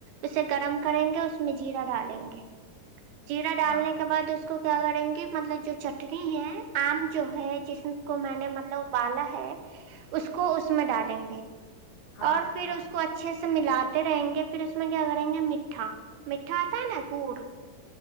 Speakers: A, on the right; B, on the left.
A: اسے گرم کریں گے اس میں جیرا ڈالیں گے جیرا ڈالنے
B: ہاں ہاں
A: کے بعد اس کو کیا کریں گے مطلب جو چٹنی ہے آم جو ہے جس کو میں نے مطلب ابالا ہے اس کو اس میں ڈالیں گے
B: ہاں
A: اور پھر
B: ہاں
A: اس کو اچھے سے سے ملاتے رہیں گے پھر اس میں کیا کریں گے میٹھا میٹھا آتا ہے نا کوڑ